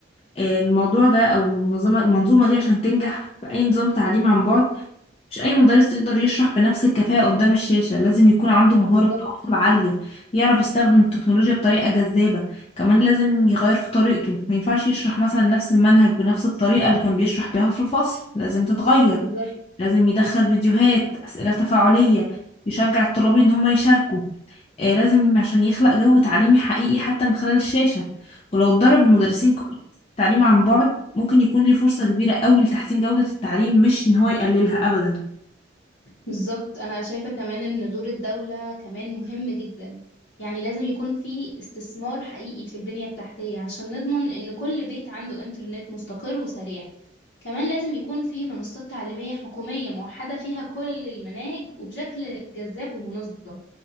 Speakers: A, on the left (about 30°); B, on the left (about 70°).
A: آه، الموضوع ده او المنظمه المنظومه دي عشان تنجح في اي نظام تعليم عن بعد مش اي مدرس يقدر يشرح بنفس الكفاءه قدام الشاشه لازم يكون عنده مهاره
B: بالظبط
A: تواصل عاليه يعرف يستخدم التكنولوجيا بطريقه جذابه كمان لازم يغير في طريقته ما ينفعش يشرح مثلا نفس المنهج بنفس الطريقه اللي كان بيشرح بيها في الفصل لازم تتغير
B: بالظبط
A: لازم يدخل فيديوهات اسئله تفاعليه يشجع الطلاب ان هم يشاركوا آه، لازم عشان يخلق جو تعليمي حقيقي حتى من خلال الشاشة ولو اتدرب المدرسين كويس على التعليم عن بعد ممكن يكون ليه فرصة كبيرة قوي لتحسين جودة التعليم مش إن هو يقللها أبدا
B: بالظبط انا شايفة كمان ان دور الدولة كمان مهم جدا يعني لازم يكون في استثمار حقيقي في البنية التحتية عشان نضمن ان كل بيت عنده انترنت مستقر وسريع كمان لازم يكون في منصات تعليمية حكومية موحدة فيها كل المناهج وبشكل جذاب ومنظم